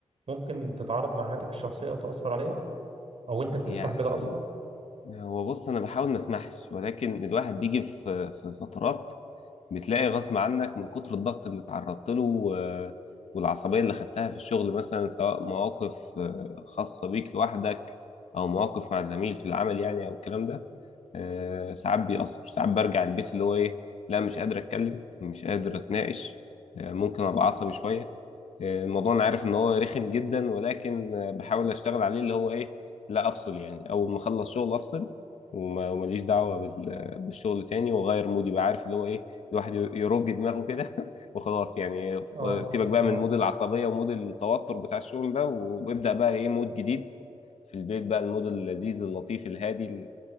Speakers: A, on the right; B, on the left.
A: ممكن تتعارض مع حياتك الشخصيه او تاثر عليها او انت بتسمح
B: يعني
A: بده اصلا
B: هو بص انا بحاول ما اسمحش ولكن الواحد بيجي في في فترات بتلاقي غصب عنك من كتر الضغط اللي اتعرضت له و- والعصبية اللي خدتها في الشغل مثلا سواء مواقف آه، خاصة بيك لوحدك أو مواقف مع زميل في العمل يعني أو الكلام ده آه، ساعات بيأثر ساعات برجع البيت اللي هو ايه لا مش قادر اتكلم مش قادر اتناقش آه، ممكن ابقى عصبي شويه آه، الموضوع انا عارف ان هو رخم جدا ولكن آه، بحاول اشتغل عليه اللي هو ايه لا افصل يعني اول ما اخلص شغل افصل وما ومليش دعوه بال- بالشغل تاني واغير مودي بقى عارف اللي هو ايه الواحد يرج دماغه كده <laughs> وخلاص يعني ف-
A: اه
B: سيبك بقى
A: اه
B: من مود العصبيه ومود التوتر بتاع الشغل ده و- وابدا بقى ايه مود جديد في البيت بقى المود اللذيذ اللطيف الهادي